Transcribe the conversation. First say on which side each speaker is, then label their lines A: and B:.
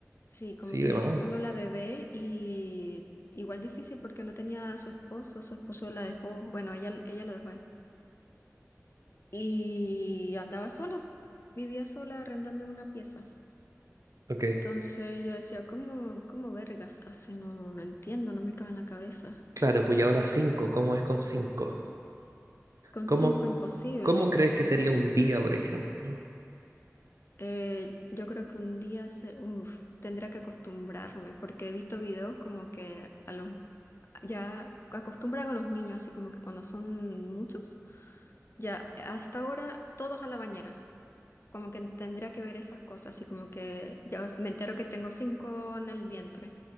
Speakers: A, on the left; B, on the right.
A: sí, como
B: Sí, de
A: que
B: más.
A: era solo la bebé y igual difícil porque no tenía a su esposo, su esposo la dejó, bueno, ella, ella lo dejó a él. Y andaba sola, vivía sola arrendando en una pieza.
B: Ok.
A: Entonces yo decía, ¿cómo, cómo vergas hace? No, no entiendo, no me cabe en la cabeza.
B: Claro, pues y ahora cinco, ¿cómo es con cinco?
A: Con
B: ¿Cómo,
A: cinco imposible.
B: cómo crees que sería un día, por ejemplo?
A: Eh, yo creo que un día se, uf, tendría que acostumbrarme, porque he visto videos como que a los ya acostumbran a los niños, así como que cuando son muchos, ya a esta hora todos a la bañera. Como que tendría que ver esas cosas, así como que ya os- me entero que tengo cinco en el vientre